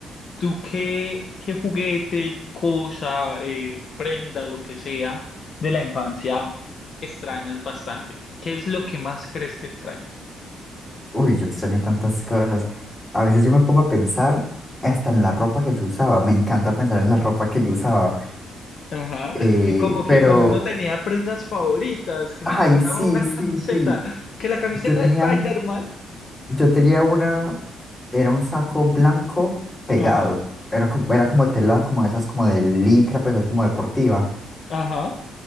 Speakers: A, on the left; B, on the left.
A: ¿Tú qué, qué juguete, cosa, eh, prenda, lo que sea de la infancia extrañas bastante? ¿Qué es lo que más crees que extrañas?
B: uy, yo extraño tantas cosas. A veces yo me pongo a pensar hasta en la ropa que yo usaba. Me encanta pensar en la ropa que yo usaba.
A: Ajá.
B: Eh,
A: Y como que
B: pero,
A: cuando uno tenía prendas favoritas, que
B: ay,
A: me encantaba
B: sí,
A: una
B: sí,
A: camiseta,
B: sí.
A: que la camiseta
B: Yo tenía,
A: de Spider-Man.
B: yo tenía una, era un saco blanco pegado.
A: Ajá,
B: Era como, era como tela, como esas, como de licra, pues así como deportiva.
A: ajá,